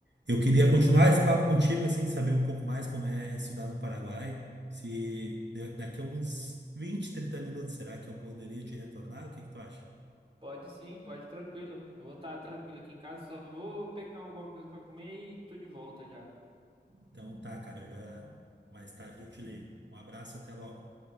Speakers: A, on the right; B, on the right.
A: eu queria continuar esse papo contigo, assim, saber um pouco mais como é estudar no Paraguai. Se da- daqui a uns 20, 30 minutos, será que eu poderia te retornar? O que que tu acha?
B: Pode sim, pode tranquilo. Eu vou estar tranquilo aqui em casa, só vou pegar alguma coisa pra comer e tô de volta já.
A: Então tá, cara, já mais tarde eu te ligo. Um abraço, até
B: Então,
A: logo.